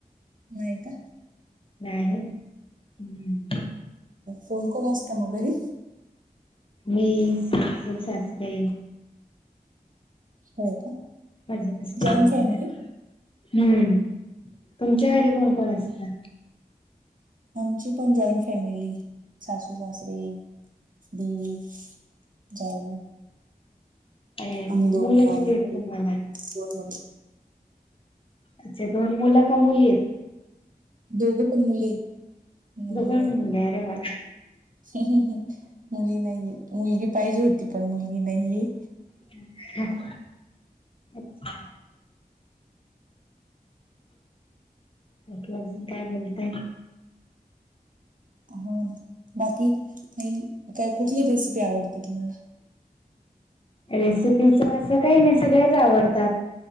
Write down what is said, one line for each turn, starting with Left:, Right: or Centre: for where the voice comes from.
Right: नाही का.
Left: नाही हम्.
Right: कोण कोण असतं मग घरी.
Left: मी सासरे.
Right: हो का
Left: मज मस्
Right: जॉईंट
Left: वगैरे.
Right: फॅमिली
Left: हम्म, तुमच्या घरी कोण कोण असतात.
Right: आमची पण जॉईंट फॅमिली, सासू, सासरे, दीर. जाऊ.
Left: हम्म
Right: आम्ही दोघे
Left: मुलं
Right: आणि
Left: किती आहेत तुम्हाला.
Right: दोन.
Left: अच्छा, दोन मुलं का मुली आहेत.
Right: दोघ पन मुले. मुली
Left: दोघे
Right: नाही
Left: पण मुले आरे वा.
Right: मुली नाहीये, मुलगी पाहिजे होती पण मुलगी नाहीये.
Left: <unintelligible> त्यालं अजून काय बोलतय.
Right: हो ना बाकी का काय कुठली रेसिपी आवडते तुम्हाला.
Left: रेसिपीच असं काही नाही सगळ्याच आवडतात.